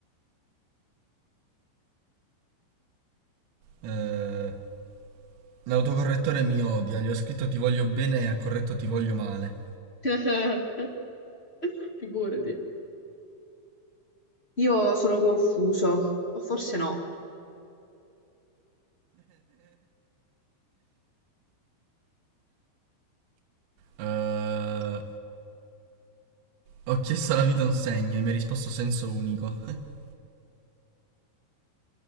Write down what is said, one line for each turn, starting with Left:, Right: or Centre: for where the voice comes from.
Right: Eh, l'autocorrettore mi odia, gli ho scritto ti voglio bene e ha corretto ti voglio male.
Left: <laughs> Figurati. Io sono confuso. O forse no.
Right: Eh, ho chiesto alla vita un segno e mi ha risposto senso unico. <laughs>